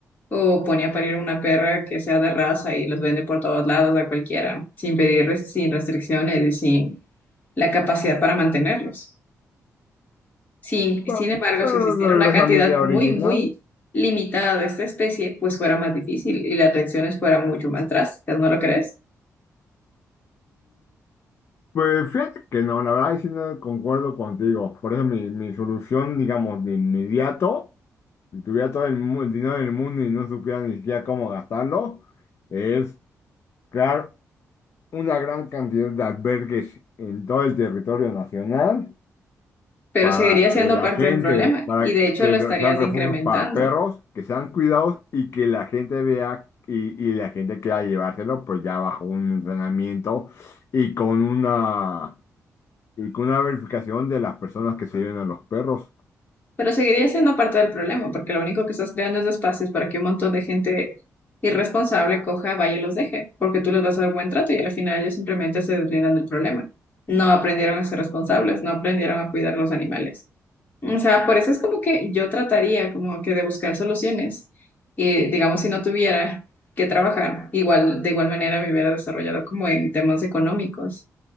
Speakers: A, on the left; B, on the left.
A: o pone a parir una perra que sea de raza y los vende por todos lados a cualquiera, sin pedir, res- sin restricciones y sin la capacidad para mantenerlos. Sin,
B: pe-
A: sin embargo,
B: pero
A: si existiera
B: regresa
A: una cantidad
B: a mi idea
A: muy,
B: original.
A: muy limitada de esta especie, pues fuera más difícil y las reacciones fueran mucho más drásticas, ¿no lo crees?
B: Pues fíjate que no, la verdad, sí no concuerdo contigo. Por eso mi, mi solución, digamos, de inmediato, si tuviera todo el, mu- el dinero del mundo y no supiera ni siquiera cómo gastarlo, es crear una gran cantidad de albergues en todo el territorio nacional
A: Pero
B: para
A: seguiría siendo
B: que la
A: parte
B: gente,
A: del problema
B: para
A: y de hecho
B: que
A: lo
B: lo-
A: estarías
B: sean refugios
A: incrementando.
B: para perros, que sean cuidados y que la gente vea y, y la gente quiera llevárselo, pues ya bajo un entrenamiento y con una y con una verificación de las personas que se lleven a los perros.
A: Pero seguiría siendo parte del problema, porque lo único que estás creando es espacios para que un montón de gente irresponsable coja, vaya y los deje, porque tú les vas a dar buen trato y al final ellos simplemente se deslindan del problema. No aprendieron a ser responsables, no aprendieron a cuidar los animales. O sea, por eso es como que yo trataría como que de buscar soluciones y digamos si no tuviera que trabajar, igual de igual manera me hubiera desarrollado como en temas económicos